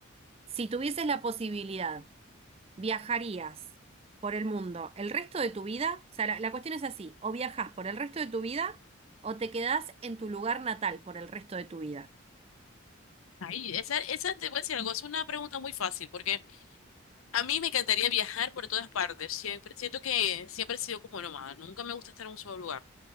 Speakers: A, on the right; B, on the left.
A: Si tuvieses la posibilidad, ¿viajarías por el mundo el resto de tu vida? O sea, la, la cuestión es así, o viajas por el resto de tu vida o te quedás en tu lugar natal por el resto de tu vida.
B: Ay, esa, esa te voy a decir algo, es una pregunta muy fácil, porque a mí me encantaría viajar por todas partes. Siempre, siento que siempre he sido como nómada, nunca me gusta estar en un solo lugar.